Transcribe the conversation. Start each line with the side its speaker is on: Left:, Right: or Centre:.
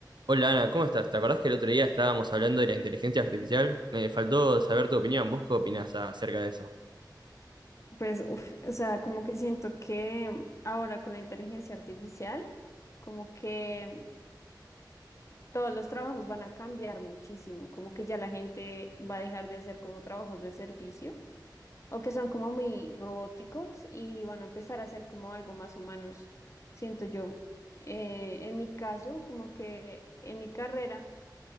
Right: Hola Ana, ¿cómo estás? ¿Te acordás que el otro día estábamos hablando de la inteligencia artificial? Me faltó saber tu opinión. ¿Vos qué opinás acerca de eso?
Left: Pues, uf, o sea, como que siento que ahora con la inteligencia artificial, como que todos los trabajos van a cambiar muchísimo, como que ya la gente va a dejar de hacer como trabajos de servicio o que son como muy robóticos y van a empezar a hacer como algo más humanos, siento yo. Eh, en mi caso, como que en mi carrera,